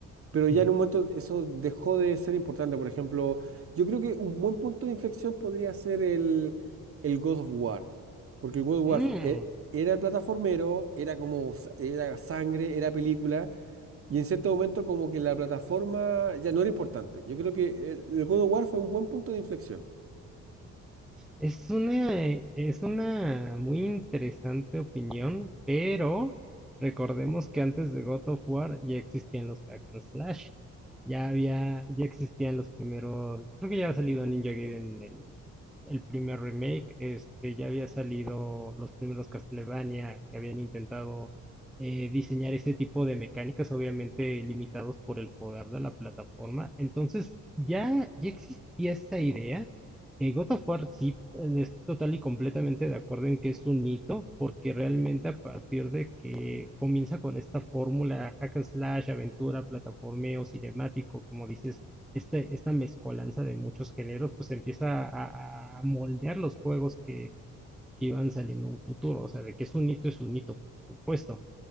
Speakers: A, on the right (about 50°); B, in the centre.
A: pero ya
B: ujú.
A: en un momento eso dejó de ser importante. Por ejemplo, yo creo que un buen punto de inflexión podría ser el, el God of War, porque el God of
B: Mm.
A: War e- era plataformero, era como, sa- era sangre, era película, y en cierto momento como que la plataforma ya no era importante. Yo creo que el, el God of War fue un buen punto de inflexión.
B: Es una, eh, es una muy interesante opinión, pero recordemos que antes de God of War ya existían los hack and slash. Ya había, ya existían los primeros, creo que ya había salido Ninja Gaiden el primer remake, este, ya había salido los primeros Castlevania que habían intentado eh, diseñar ese tipo de mecánicas, obviamente limitados por el poder de la plataforma. Entonces, ya, ya existía esa idea. Eh, God of War sí, eh, estoy total y completamente de acuerdo en que es un hito, porque realmente a partir de que comienza con esta fórmula hack and slash, aventura, plataformeo, cinemático, como dices, este, esta mezcolanza de muchos géneros, pues empieza a, a moldear los juegos que, que iban saliendo en un futuro. O sea, de que es un hito, es un hito, por supuesto